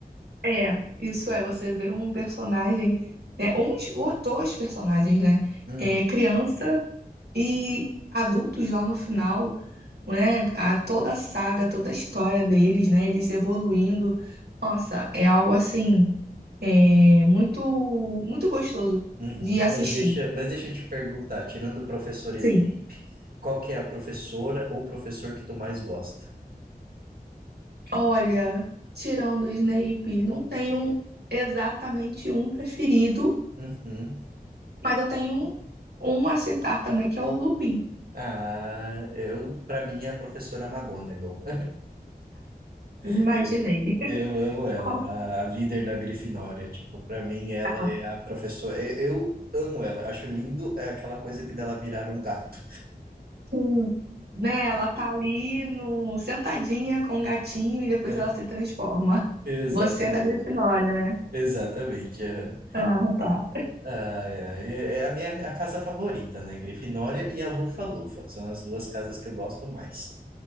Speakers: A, on the right; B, on the right.
A: é, isso é, você vê um personagem, né, uns ou dois personagens, né,
B: Uhum,
A: é, criança e adultos lá no final, né, a, toda a saga, toda a história deles, né, eles evoluindo, nossa, é algo assim É muito, muito gostoso
B: uhum.
A: de assistir.
B: Mas deixa, mas deixa eu te perguntar, tirando o professor Snape,
A: Sim.
B: qual que é a professora ou professor que tu mais gosta?
A: Olha, tirando o Snape, não tenho exatamente um preferido,
B: Uhum.
A: mas eu tenho um, um a citar também, que é o Lupin.
B: Ah, eu, para mim é a professora McGonagall. <laughs>
A: Imaginei. <laughs>
B: Eu amo ela,
A: Qual
B: a líder da Grifinória. Tipo, pra mim, ela
A: tá?
B: é a professora. Eu, eu amo ela, acho lindo é aquela coisa que dela virar um gato.
A: Sim. Né, ela tá ali no, sentadinha com o gatinho e depois
B: <laughs>
A: ela se transforma.
B: Exatamente,
A: Você é da Grifinória, né?
B: exatamente. aham.
A: Ah, tá.
B: Ai, ai, É é a minha a casa favorita, né? Grifinória e a Lufa-Lufa. São as duas casas que eu gosto mais.